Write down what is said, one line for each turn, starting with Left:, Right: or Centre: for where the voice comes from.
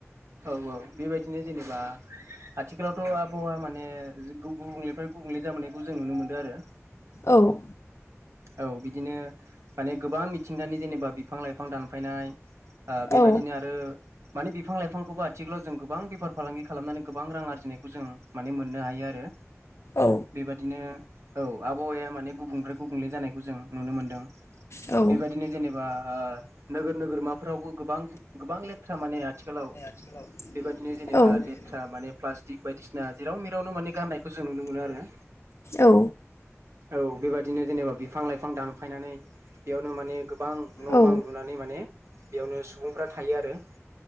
Right: औ औ बेबायदिनो जेनेबा आथिखालावथ' आबहावा माने गुबुंलेनिफ्राय गुबुंले जाबोनायखौ जों नुनो मोन्दो आरो
Left: औ।
Right: औ बिदिनो माने गोबां मिथिंगानि जेनेबा बिफां लाइफां दानफायनाय आ बेबायदिनो
Left: औ
Right: आरो माने बिफां लाइफां खौबो आथिखालाव जों गोबां बेफार फालांगि खालामनानै गोबां रां आरजिनायखौ जों माने मोननो हायो आरो
Left: औ
Right: बेबादिनो औ आबहावाया माने गुबुं <unintelligible> गुबुंले जानायखौ जों नुनो मोनदों।
Left: औ।
Right: बेबायदिनो जेनेबा ओ नोगोर नोगोरमाफोरावबो गोबां गोबां लेथ्रा माने आथिखालाव
Left: <inaudible>
Right: बेबायदिनो जेनेबा
Left: औ
Right: लेथ्रा माने प्लास्टिक बायदिसिना जेराव मेरावनो माने गाननायखौ जों नुनो मोनो आरो
Left: औ।
Right: औ बेबायदिनो जेनेबा बिफां लाइफां दानफायनानै बेयावनो माने गोबां न'
Left: औ
Right: बां लुनानै माने बेयावनो सुबुंफ्रा थायो आरो